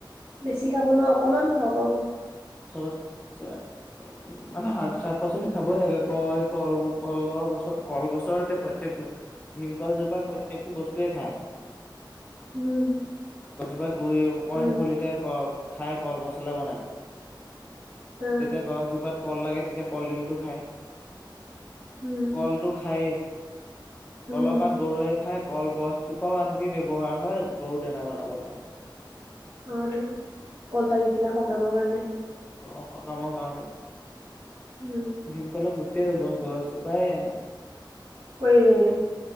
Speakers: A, on the right; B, on the left.
A: বেছি খাব নোৱাৰোঁ, অকনমান খাব পাৰোঁ।
B: চবতচে মানে শাক শাক-পাচলি খাবই লাগে, কয় কল কলৰ গছৰ কলগছৰ এতিয়া প্ৰত্যেকটো ভীমকল জোপাৰ প্ৰত্যেকটো বস্তুয়ে খায়।
A: উম।
B: গছজোপা গুৰি অকমান
A: উম
B: পুলিতে খাই কল পচলা বনাই।
A: আহ
B: যেতিয়া গছজোপাত কল লাগে, তেতিয়া কলডিলটো খায়।
A: উম।
B: কলটো খায়েই,
A: উম
B: কলাপাত গৰুৱে খাই। কলগছজোপাও আনকি ব্যৱহাৰ হয় গৰু দানা বনাব কাৰণে।
A: অ' তো কলপাতখিলা সকামৰ কাৰণে।
B: অঁ, সকামৰ কাৰণে।
A: উম।
B: ভীমকলৰ গোটেই গ-গছজোপাই
A: প্ৰয়োজনীয়